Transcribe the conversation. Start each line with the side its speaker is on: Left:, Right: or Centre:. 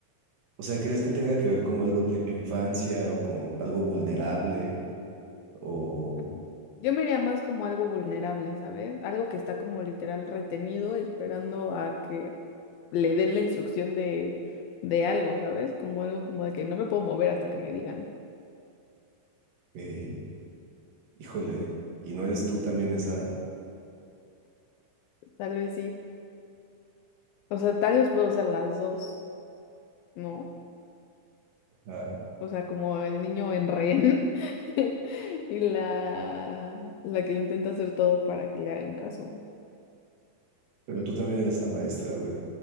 Right: O sea, ¿crees que tenga que ver como algo tipo infancia o como algo vulnerable o,
Left: Ujú. Yo me iría más como algo vulnerable, ¿sabes? Algo que está como literal retenido, esperando a que le den la instrucción de, de algo, ¿sabes? Como algo como de que no me puedo mover hasta que me digan.
Right: eh, híjole, y no eres tú también esa,
Left: Tal vez sí. O sea, tal vez puedo ser las dos, ¿no?
Right: ah,
Left: O sea, como el niño en rehén <laughs> y la, la que intenta hacer todo para que le hagan caso.
Right: pero tú también eres la maestra, güey,